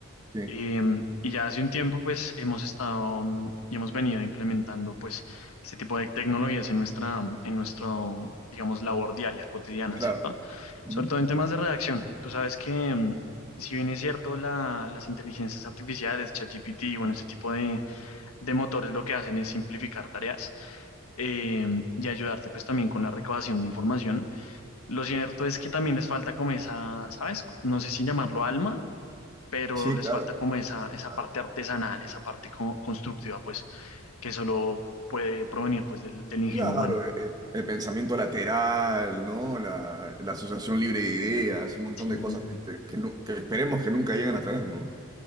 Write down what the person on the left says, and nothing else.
Em, y ya hace un tiempo, pues, hemos estado mm, y hemos venido implementando, pues, este tipo de tecnologías en nuestra, mm, en nuestro, mm, digamos, labor diaria, cotidiana,
¿cierto?
Sobre todo en temas de redacción. Tú sabes que, mm, si bien es cierto, la- las inteligencias artificiales, ChatGPT, bueno, este tipo de, de motores lo que hacen es simplificar tareas em, y ayudarte, pues, también con la recabación de información. Lo cierto es que también les falta como esa, ¿sabes? No sé si llamarlo alma pero
les
falta como esa, esa
parte artesanal, esa parte co- constructiva, pues, que solo puede provenir, pues, del, del ingenio
humano.
Sí.